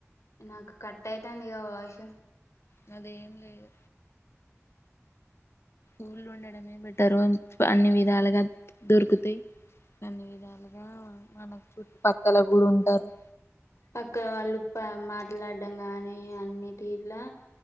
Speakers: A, on the left; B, on the left.
A: నాకు, కట్ అయితంది గా వాయసు.
B: నదేం లేదు. ఊర్లో ఉండడమే బట్టరు, అన్ని విధాలుగా దొరుకుతాయి. అన్ని విధాలుగా మన, మనకు చుట్టూ పక్కల గుడా ఉంటారు.
A: పక్క వాళ్ల పా, మాట్లాడ్డం గాని అన్నిటి లా.